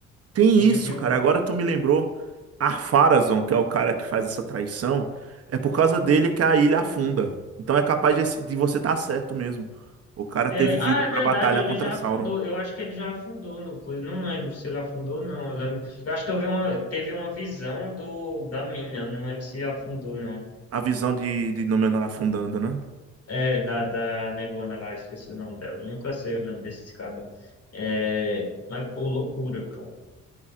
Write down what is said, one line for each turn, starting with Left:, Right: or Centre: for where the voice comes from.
Right: tem
Left: eles
Right: isso,
Left: iam.
Right: cara. Agora tu me lembrou. Ar-Pharazôn, que é o cara que faz essa traição, é por causa dele que a ilha afunda. Então é capaz de, esse- de você estar certo mesmo. O cara
Left: é,
Right: ter vivido
Left: ah, é
Right: pra
Left: verdade,
Right: batalhar
Left: ele
Right: contra
Left: já
Right: Sauron.
Left: afundou. Eu acho que ele já afundou no coisa. Não lembro se ele afundou, ou não. Eu lembro. Eu acho que eu vi uma, teve uma visão do, da mina. Eu não lembro se afundou, não.
Right: A visão de, de Númenor afundando, né?
Left: É, da, da negona lá, esqueci o nome dela. Nunca sei o nome desse cara. É, mas, pô, loucura, pô.